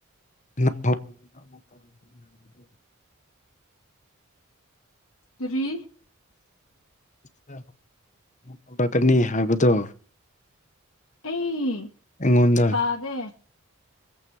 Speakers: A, on the left; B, on the left.
A: ꯕꯗ ꯃꯨꯛꯇ ꯋꯥꯗꯒꯤ ꯅꯨ
B: ꯇ꯭ꯔꯤ
A: ꯠ ꯇꯧꯔꯛꯀꯅꯤ ꯍꯥꯏꯕꯗꯣ
B: ꯑꯩ
A: ꯑꯩꯉꯣꯟꯗ
B: ꯇꯥꯗꯦ